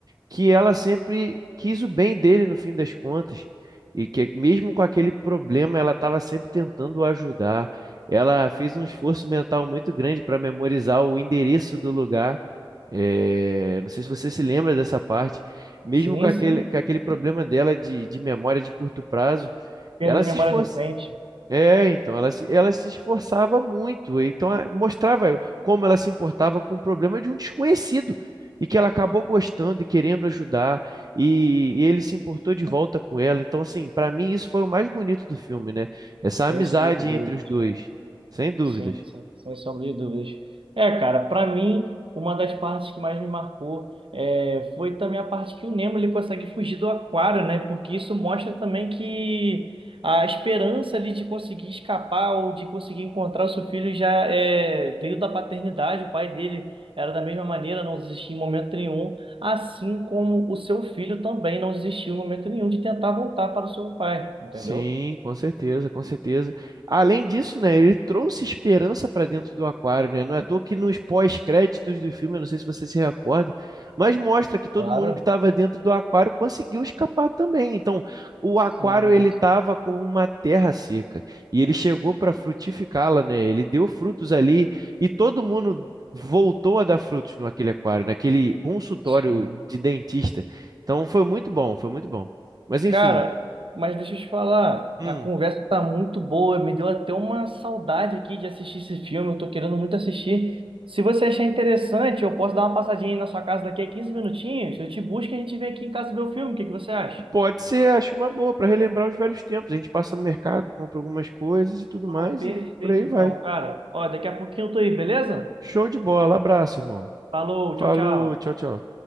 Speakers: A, on the right; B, on the right.
A: que ela sempre quis o bem dele no fim das contas. E que mesmo com aquele problema, ela estava sempre tentando o ajudar. Ela fez um esforço mental muito grande para memorizar o endereço do lugar. É, não sei se você se lembra dessa parte. Mesmo
B: Sim,
A: com aquele,
B: sim.
A: com aquele problema dela de, de memória de curto prazo,
B: Perda
A: ela
B: de
A: se
B: memória
A: esfor-
B: recente,
A: é, então, ela se, ela se esforçava muito, então eh, mostrava como ela se importava com o problema de um desconhecido, e que ela acabou gostando e querendo ajudar, e, e ele se importou de volta com ela. Então, assim, para mim isso foi o mais bonito do filme, né? Essa
B: sem
A: amizade
B: sombra de dúvida.
A: entre os dois, sem dúvidas.
B: Sim, sim, sem sombra de dúvidas. É, cara, pra mim, uma das partes que mais me marcou é, foi também a parte que o Nemo ele consegue fugir do aquário, né? Porque isso mostra também que a esperança ali de conseguir escapar ou de conseguir encontrar o seu filho já é, veio da paternidade. O pai dele era da mesma maneira, não desistia em momento nenhum, assim como o seu filho também não desistiu em momento nenhum de tentar voltar para o seu pai, entendeu?
A: Sim, com certeza, com certeza. Além disso, né, ele trouxe esperança para dentro do aquário, né? Não é à toa que nos pós-créditos do filme, eu não sei se você se recorda, mas mostra que todo
B: Claro.
A: mundo que estava dentro do aquário conseguiu escapar também. Então, o aquário
B: Sim,
A: ele estava com uma terra seca e ele chegou para frutificá-la, né? Ele deu frutos ali e todo mundo voltou a dar frutos no aquele aquário, naquele consultório
B: sim.
A: de dentista. Então, foi muito bom, foi muito bom. Mas enfim,
B: Cara, mas deixa eu te falar,
A: hum.
B: a conversa tá muito boa, me deu até uma saudade aqui de assistir esse filme, eu tô querendo muito assistir. Se você achar interessante, eu posso dar uma passadinha aí na sua casa daqui a 15 minutinhos, eu te busco e a gente vem aqui em casa ver o filme, o que que você acha?
A: Pode ser, acho uma boa, para relembrar os velhos tempos. A gente passa no mercado, compra algumas coisas e tudo
B: Não,
A: mais,
B: perfeito
A: e por aí
B: então,
A: vai.
B: cara. Ó, daqui a pouquinho eu tô aí, beleza?
A: Show de bola, abraço, irmão.
B: Falou,
A: Falou,
B: tchau, tchau.
A: tchau, tchau.